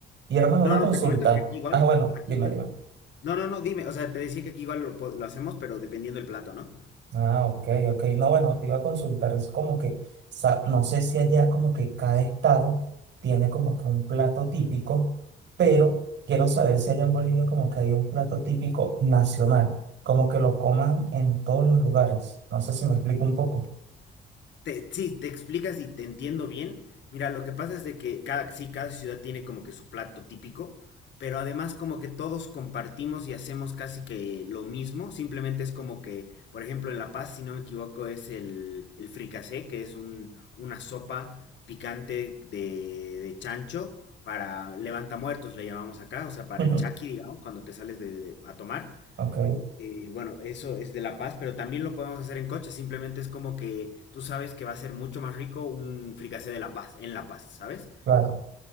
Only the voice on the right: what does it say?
Y hermano,
una
consulta.
Ah, bueno,
dime,
dime.
Ah, ok, ok. No, bueno, te iba a consultar, es como que, sa- no sé si allá como que cada estado tiene como que un plato típico, pero quiero saber si allá en Bolivia como que hay un plato típico nacional, como que lo coman en todos los lugares. No sé si me explico un poco.
<laughs>
Ok,
claro,